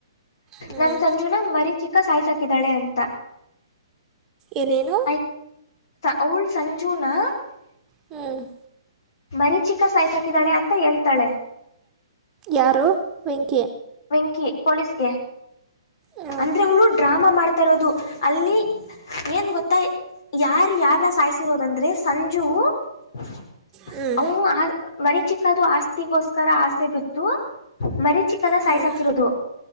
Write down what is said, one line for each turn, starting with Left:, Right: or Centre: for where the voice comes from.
Left: <unintelligible>
Right: ಹ್ಮ್
Left: ನನ್ ಸಂಜುನಾ ಮರೀ ಚಿಕ್ಕ ಸಾಯ್ಸಾಕಿದಾಳೆ ಅಂತ. <unintelligible>
Right: ಏನೇನು
Left: ಆಯ್ ತಾ ಅವಳ ಸಂಜುನಾ <unintelligible>
Right: ಹೂ <unintelligible>
Left: ಮರೀ ಚಿಕ್ಕ ಸಾಯಿಸ ಹಾಕಿದ್ದಾಳೆ ಅಂತ ಹೇಳ್ತಾಳೆ. <unintelligible>
Right: ಯಾರು ವೆಂಕಿ <unintelligible>
Left: ವೆಂಕಿ ಪೊಲೀಸ್ ಗೆ
Right: ಹ್ಮ್
Left: ಅಂದ್ರೆ ಅವಳು ಡ್ರಾಮಾ ಮಾಡ್ತಾ ಇರೋದು ಅಲ್ಲಿ? <unintelligible> ಏನ್ ಗೊತ್ತಾ ಯಾರ್ ಯಾರನ್ನ ಸಾಯ್ಸಿರೋದಂದ್ರೆ ಸಂಜು <unintelligible>
Right: ಹ್ಮ್
Left: ಅವನು ಆ ಮರಿಚಿಕ್ಕ ದು ಆಸ್ತಿ ಗೋಸ್ಕರ ಆಸೆ ಬಿ <unintelligible> ದೂ ಮರಿಚಿಕ್ಕ ಸಾಯ್ಸ
Right: ಹ್ಮ್
Left: ಹಾಕಿರೋದು.